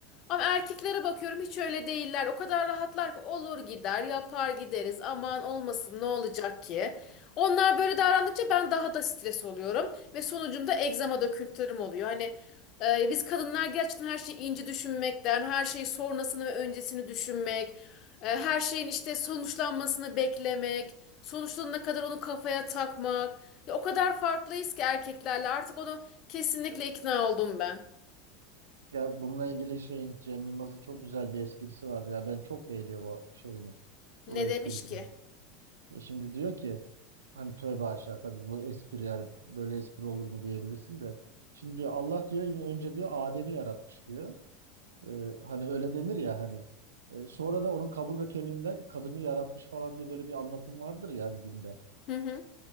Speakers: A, on the left; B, on the right.
A: Ama erkeklere bakıyorum hiç öyle değiller. O kadar rahatlar ki olur gider, yapar gideriz. Aman olmasın ne olacak ki? Onlar böyle davrandıkça ben daha da stres oluyorum ve sonucunda egzama döküntülerim oluyor. Hani e, biz kadınlar gerçekten her şeyi ince düşünmekten, her şeyi sonrasını ve öncesini düşünmek, e, her şeyin işte sonuçlanmasını beklemek, sonuçlanana kadar onu kafaya takmak. Ya o kadar farklıyız ki erkeklerle artık onu kesinlikle ikna oldum ben.
B: Ya bununla ilgili şeyin Cem Yılmaz'ın çok güzel bir esprisi var. Ya ben çok beğeniyor bu şeyini.
A: Ne
B: Bu esprisini.
A: demiş ki?
B: E şimdi diyor ki hani tövbe aşağı tabii bu espri yani böyle espri olur mu diyebilirsin de. Şimdi diyor Allah diyor önce diyor Adem'i yaratmış diyor. E, hani öyle denir ya hani. E, sonra da onun kaburga kemiğinden kadını yaratmış falan diye böyle bir anlatım vardır yani dinde.
A: Hı hı.